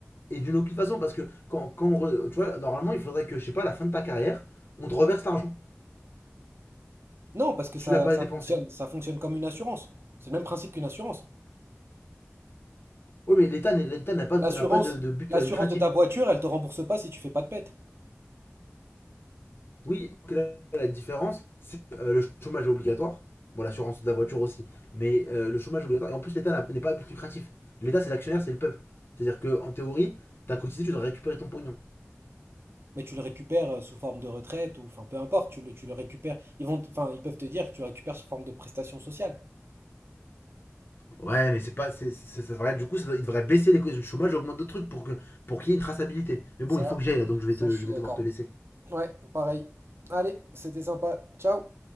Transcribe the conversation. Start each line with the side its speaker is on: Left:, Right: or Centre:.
Left: Et d'une aucune façon, parce que quand, quand on re- tu vois, normalement, il faudrait que, je sais pas, à la fin de ta carrière, on te reverse l'argent.
Right: Non, parce que
Left: Si
Right: ça,
Left: tu l'as pas
Right: ça
Left: dépensé.
Right: fonctionne, ça fonctionne comme une assurance. C'est le même principe qu'une assurance.
Left: Oui, mais l'État l'État n'a pas, de-
Right: L'assurance,
Left: n'a pas de, de but
Right: l'assurance
Left: euh, lucratif.
Right: de ta voiture, elle te rembourse pas si tu fais pas de pète.
Left: Oui, que là, la différence, c'est euh, le chômage est obligatoire. Bon, l'assurance de la voiture aussi. Mais euh, le chômage est obligatoire. Et en plus, l'État n'est pas à but lucratif. L'État, c'est l'actionnaire, c'est le peuple. C'est-à-dire que en théorie, t'as cotisé, tu dois récupérer ton pognon.
Right: Mais tu le récupères euh, sous forme de retraite ou enfin peu importe, tu le, tu le récupères. Ils vont, te- enfin ils peuvent te dire que tu récupères sous forme de prestation sociale.
Left: Ouais, mais c'est pas. c'est- c'est- ça devrait- du coup, ça doit- il devrait baisser les cotisations du chômage et augmenter d'autres trucs pour que pour qu'il y ait une traçabilité. Mais bon,
Right: Ça,
Left: il faut que j'aille là, donc je vais,
Right: ça,
Left: te,
Right: je suis
Left: je vais
Right: d'accord.
Left: devoir te laisser.
Right: Ouais, pareil. Allez, c'était sympa. Ciao.